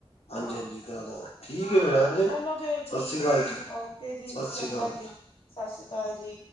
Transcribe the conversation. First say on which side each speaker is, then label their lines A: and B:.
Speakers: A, on the left; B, on the left.
A: ਹਾਂਜੀ-
B: ਹਾਂ
A: ਹਾਂਜੀ, ਕਰਾ ਦਾਂਗਾ, ਠੀਕ ਹੈ, ਫਿਰ ਹਾਂਜੀ,
B: ਚਲੋ ਫੇਰ
A: ਸਤਿ
B: ਠੀਕ
A: ਸ਼੍ਰੀ ਅਕਾਲ
B: ਹੈ
A: ਜੀ,
B: ਓਕੇ ਜੀ
A: ਸਤਿ
B: ਚੰਗਾ
A: ਸ੍ਰੀ ਅਕਾਲ ਜੀ।
B: ਸਤਿ ਸ੍ਰੀ ਅਕਾਲ ਜੀ।